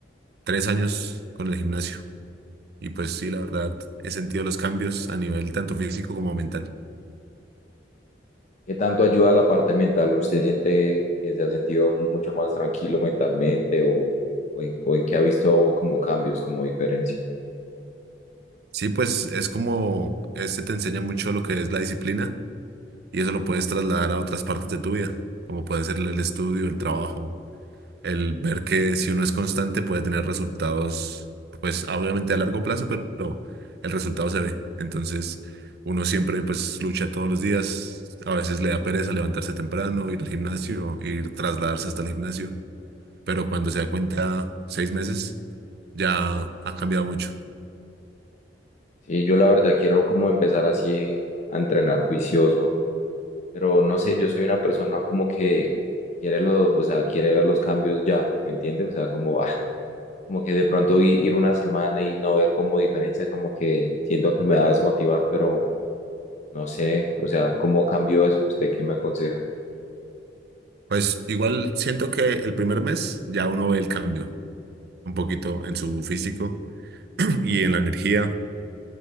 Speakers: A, on the right; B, on the left.
A: tres años con el gimnasio. Y pues sí, la verdad, he sentido los cambios a nivel tanto físico como mental.
B: ¿Qué tanto ayuda la parte mental? ¿Usted siente que se ha sentido mucho más tranquilo mentalmente o, o en, o en qué ha visto como cambios, como diferencia?
A: Sí, pues es como, este te enseña mucho lo que es la disciplina Y eso lo puedes trasladar a otras partes de tu vida, como puede ser el estudio, el trabajo, el ver que si uno es constante puede tener resultados, pues obviamente a largo plazo, pero el resultado se ve. Entonces, uno siempre pues lucha todos los días, a veces le da pereza levantarse temprano, ir al gimnasio, ir trasladarse hasta el gimnasio, pero cuando se da cuenta, seis meses, ya ha cambiado mucho.
B: Sí, yo la verdad quiero como empezar así a entrenar juicioso, pero no sé, yo soy una persona como que quiere lo, o sea, quiere ver los cambios ya, ¿me entiende? O sea, como, <laughs> ah, Como que de pronto i- ir una semana y no ver como diferencia, como que siento que me va a desmotivar, pero no sé, o sea, ¿cómo cambió eso? ¿Usted qué me aconseja?
A: Pues igual siento que el primer mes ya uno ve el cambio un poquito en su físico <clears throat> y en la energía.